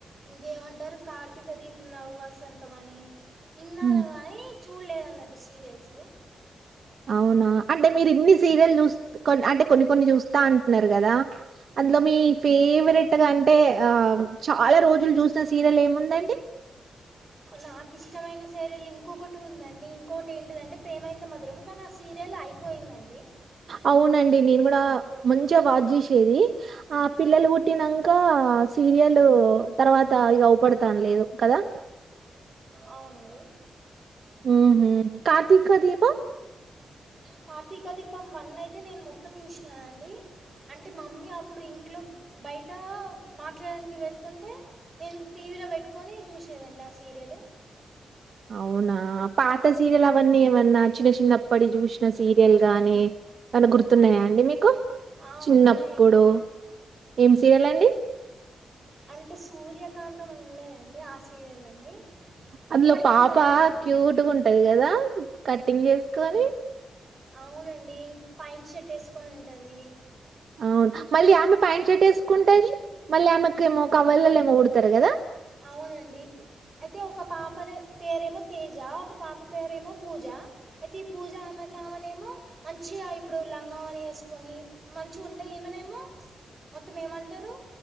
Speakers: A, on the right; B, on the right.
A: ఇంకేమంటారు కార్తీక దీపం నవవాసంతం అని ఇన్నాను
B: హ్మ్.
A: గాని చూడలేదు అన్నట్టు సీరియల్స్
B: అవునా అంటే మీరు ఇన్ని సీరియల్ చూ అంటే కొన్ని కొన్ని చూస్తా అంటున్నారు కదా అందులో మీ ఫేవరెట్గా అంటే చాలా రోజులు చూసిన సీరియల్ ఏముందండి
A: నాకు ఇష్టమైన సీరియల్ ఇంకొకటి ఉందండి ఇంకొకటి ఏంటిదంటే ప్రేమైనంత మధురం కానీ ఆ సీరియల్ అయిపోయిందండి
B: అవునండి నేను కూడా మంచిగా బాజ చూసేది ఆ పిల్లలు పుట్టినాక సీరియల్ తర్వాత ఇక అవపడతాను లేదు కదా
A: అవునండి
B: ఉహా కార్తీకదీపం
A: కార్తీక దీపం వన్ అయితే నేను మొత్తం చూసినానండి అంటే మమ్మీ అప్పుడు ఇంట్లో బయట మాట్లాడడానికి వెళ్తుంటే నేను టీవీలో పెట్టుకొని చూసేదాన్ని ఆ సీరియలు
B: అవునా పాత సీరియల్ అవన్నీ ఏమన్నా చిన్న చిన్న అప్పటిష్ చూషి సీరియల్ గానీ అను గుర్తున్నాయా అండి మీకు
A: ఆ,
B: చిన్నప్పుడు
A: ఉన్నాయండి
B: ఏం సీరియల్ అండి
A: అంటే సూర్యకాంతం అని ఉండదండి ఆ సీరియల్ అండి
B: అందులో
A: ఇప్పటికైతే
B: పాప
A: అది అయిపోయిందండి
B: క్యూట్గా ఉంటది కదా కట్టింగ్ చేసుకోని
A: అవునండి పాంట్ షేర్ట్ వేసుకొని ఉంటుది
B: అవును మళ్ళీ ఆమె ప్యాంట్ షేర్ట్ వేసుకుంటది మళ్ళీ ఆమెకేమో కవర్లలేమో కుడతారు కదా
A: అవునండి అయితే ఒక పాప దే పేరేమో తేజ ఒక పాప పేరేమో పూజ అయితే ఈ పూజ అమట ఆమనేమో మంచిగా ఇప్పుడు లంగం అని వేసుకొని మంచిగా ఉంటాయి ఈమనేమో మొత్తం ఏమంటారు